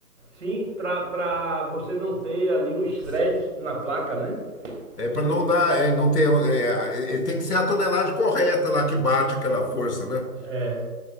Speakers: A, on the right; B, on the left.
A: sim, pra, pra você não ter ali um estresse na placa, né?
B: É
A: Você
B: para não
A: não.
B: dar, é, não ter, é, é, tem que ser a tonelagem correta lá que bate aquela força, né?
A: É.